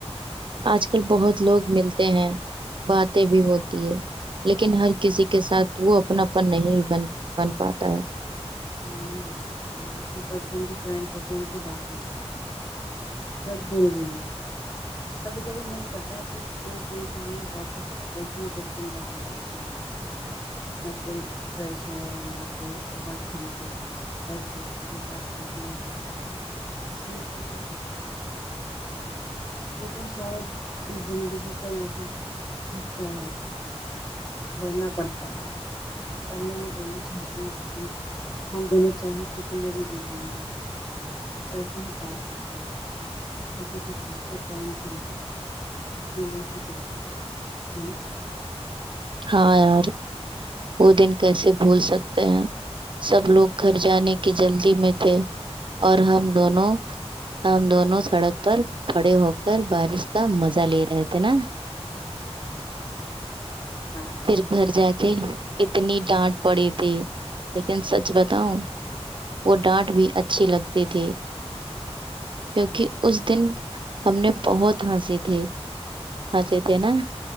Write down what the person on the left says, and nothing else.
نہیں بن پاتا ہے جو بچپن کے فرینڈس ہوتے ہیں ان کی بات نہیں <unintelligible> سچ بول رہی ہوں کبھی کبھی من کرتا ہے بس ایک دن کے لیے واپس وہی بچپن والی لائف مل جائے نہ کوئی پریشر نہ کوئی او کے بس دوست کے ساتھ <unintelligible> ت ہزار پسند پ سے پس <unintelligible> لیکن شاید زندگی کا یہی حصہ ہے بڑھنا پڑتا ہے پر میں یہ ضرور چاہتی ہوں کہ تم ہم دونوں چاہیں کتنے بھی بزی ہو جائؤ <unintelligible> ایسی ہی بات کرتے رہے کیونکہ کچھ رشتے ٹائم سے نہیں مین سے چلتا ہے ہے نا <unintelligible>
ہاں یار
ہاں